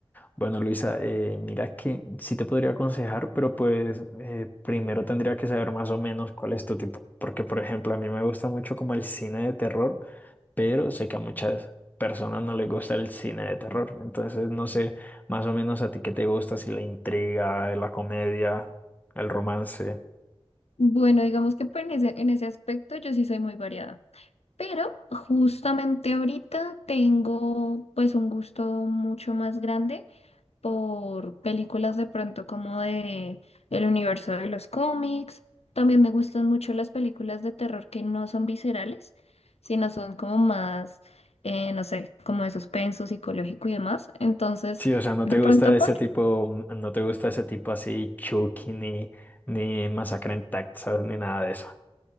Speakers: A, on the left; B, on the left.
A: Bueno, Luisa, eh, mira que sí te podría aconsejar, pero pues eh, primero tendría que saber más o menos cuál es tu tipo, porque por ejemplo a mí me gusta mucho como el cine de terror, pero sé que a muchas personas no les gusta el cine de terror, entonces no sé más o menos a ti qué te gusta, si la intriga, la comedia, el romance.
B: Bueno, digamos que pues, en ese, en ese aspecto yo sí soy muy variada, pero justamente ahorita tengo pues un gusto mucho más grande por películas de pronto como de el universo de los cómics. También me gustan mucho las películas de terror que no son viscerales, sino son como más, eh, no sé, como de suspenso psicológico y demás. Entonces,
A: Sí, o sea, no
B: de
A: te
B: pronto
A: gusta
B: podría
A: ese tipo, mm, no te gusta ese tipo así Chucky ni, ni Masacre en Texas ni nada de eso.